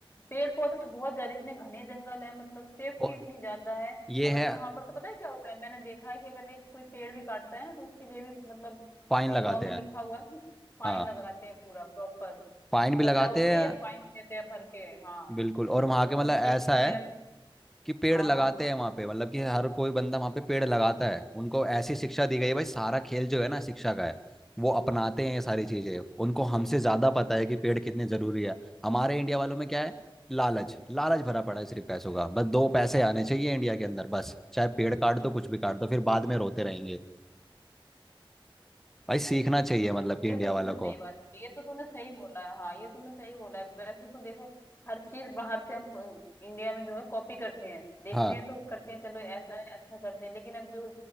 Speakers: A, on the left; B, in the centre.
A: पेड़ पौधे बहुत ज्यादा इतने घने जंगल है मतलब सेफ्टी
B: और
A: इतनी ज्यादा है
B: ये
A: अगर
B: है
A: वहां पर तो पता है क्या होता है मैंने देखा है कि अगर एक कोई पेड़ भी काटता है ना तो उसके लिए भी मतलब
B: फाइन लगाते
A: लॉ में
B: हैं
A: लिखा हुआ है कि फाइन
B: हाँ
A: लगाते हैं पूरा प्रॉपर
B: फाइन भी लगाते
A: सजा होती
B: हैं
A: है या फाइन देते हैं भर के हाँ
B: बिल्कुल और
A: और
B: वहां के
A: अपने
B: मतलब ऐसा
A: देख इंडिया
B: है कि पेड़
A: हाँ
B: लगाते
A: हाँ
B: हैं वहां पे मतलब कि हर कोई बंदा वहां पे पेड़ लगाता है उनको ऐसी शिक्षा दी गई है भाई सारा खेल जो है ना शिक्षा का है वो अपनाते हैं ये सारी चीजें उनको हमसे ज्यादा पता है कि पेड़ कितने जरूरी है हमारे इंडिया वालों में क्या है लालच लालच भरा पड़ा है सिर्फ पैसों का बस दो पैसे आने चाहिए इंडिया के अंदर बस चाहे पेड़ काट दो कुछ भी काट दो फिर बाद में रोते रहेंगे भाई सीखना चाहिए मतलब कि
A: ये
B: इंडिया
A: तो तूने
B: वालों
A: सही
B: को
A: बात बोली ये तो तूने सही बोला है हाँ ये तूने सही बोला है वैसे तो देखो हर चीज बाहर से हम अ, इंडिया में जो है कॉपी करते हैं देखते
B: हाँ
A: हैं तो करते हैं चलो ऐसा है अच्छा करते हैं लेकिन अब जो